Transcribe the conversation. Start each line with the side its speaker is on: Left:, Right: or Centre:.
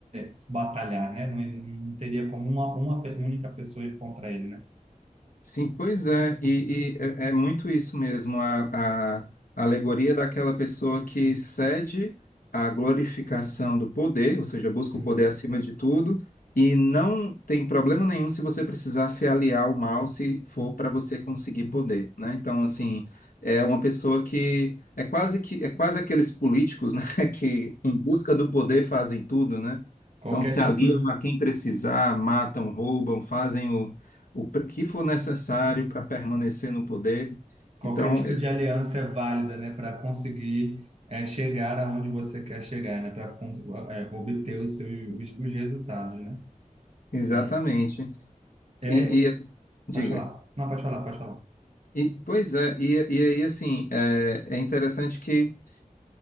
Right: se batalhar, né? Não, não teria como uma, uma pe- única pessoa ir contra ele, né?
Left: Sim, pois é, e, e é é muito isso mesmo, a, a alegoria daquela pessoa que cede à glorificação do poder, ou seja, busca
Right: Uhum.
Left: o poder acima de tudo, e não tem problema nenhum se você precisar se aliar ao mal, se for para você conseguir poder, né? Então, assim, é uma pessoa que é quase que é quase aqueles políticos, né, <laughs> que em busca do poder fazem tudo, né?
Right: Qualquer
Left: Então, se aliam
Right: tipo.
Left: a quem precisar, matam, roubam, fazem o pre- que for necessário para permanecer no poder.
Right: qualquer
Left: Então,
Right: tipo
Left: e-
Right: de aliança é válida, né, para conseguir é, chegar aonde você quer chegar, né, para obter os seus os, os resultados, né?
Left: exatamente.
Right: E é,
Left: E, e- diga.
Right: pode falar. Não, pode falar, pode falar.
Left: E, pois é, e, e aí assim, é, é interessante que